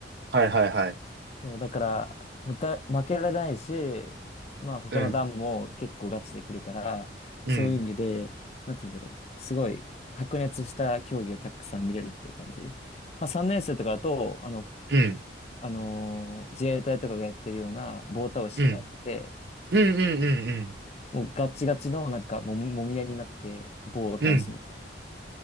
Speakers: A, on the right (about 65°); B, on the left (about 35°).
A: はいはいはい。
B: そう、だから、もた、負けられないし、まあ他の段も結構ガチで来るから、
A: うん、うん、
B: そういう意味で、なんて言うんだろう、すごい白熱した競技がたくさん見れるっていう感じ。まあ3年生とかだと、あの、
A: うん、
B: あのー自衛隊とかがやってるような棒倒しがあって、
A: うん、うん、うん、うん、うん。
B: もうガチガチのなんかも、もみ合いになって棒を倒すみたいな。
A: うん